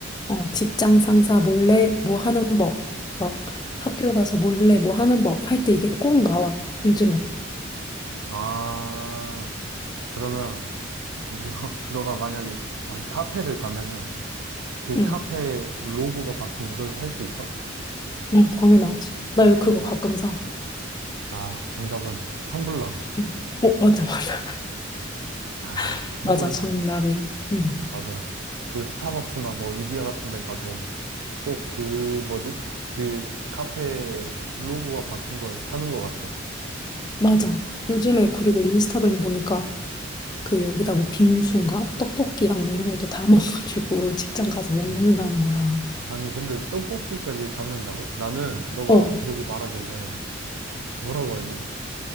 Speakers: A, on the left (about 20°); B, on the right (about 80°).
A: 어, 직장 상사 몰래 뭐 하는 법. 막 학교 가서 몰래 뭐 하는 법 할 때 이게 꼭 나와. 요즘에.
B: 아, 그러면 너, <laughs> 너가 만약에 아니, 카페를 가면은 그
A: 응.
B: 카페 로고가 박힌 이걸 살 수 있어?
A: 어, 당연하지. 나 이거 그거 가끔 사.
B: 아, 정답은 텀블러.
A: 응. 어, 맞아, 맞아.
B: 아,
A: <laughs>
B: 텀블러.
A: 맞아, 정답이야. 응.
B: 맞아. 그 스타벅스나 뭐 이디야 같은 데 가도 꼭 그 뭐지? 그 카페 로고가 박힌 걸 사는 것 같아.
A: 맞아. 요즘에 그리고 인스타그램 보니까 그 여기다 뭐 빙수인가 떡볶이랑 뭐 이런 것도 담아가지고 <laughs> 직장 가서 먹는다는
B: 음,
A: 거야.
B: 아니, 근데 떡볶이까지 담는다고? 나는 너가
A: 어,
B: 그러게 말하길래 뭐라고 하지?